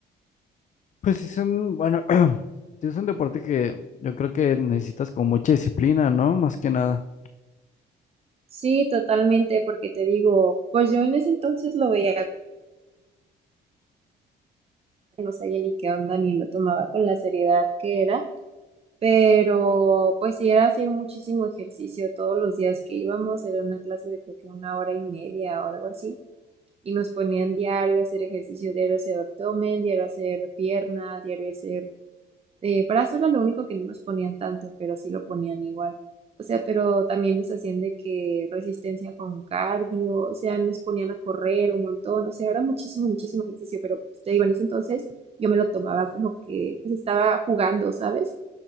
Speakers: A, on the left; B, on the right.
A: Pues sí es un, bueno, <clears throat> sí es un deporte que yo creo que necesitas con mucha disciplina, ¿no? Más que nada.
B: Sí, totalmente, porque te digo, pues yo en ese entonces lo veía, no sabía ni qué onda, ni lo tomaba con la seriedad que era, pero pues sí era hacer muchísimo ejercicio todos los días que íbamos, era una clase de creo que una hora y media o algo así, y nos ponían diario a hacer ejercicio, diario a hacer abdomen, diario a hacer pierna, diario a hacer Eh, brazo era lo único que no nos ponían tanto, pero sí lo ponían igual. O sea, pero también nos hacían de que resistencia con cardio, o sea, nos ponían a correr un montón, o sea, era muchísimo, muchísimo ejercicio, pero pues, te digo, en ese entonces yo me lo tomaba como que pues estaba jugando, ¿sabes?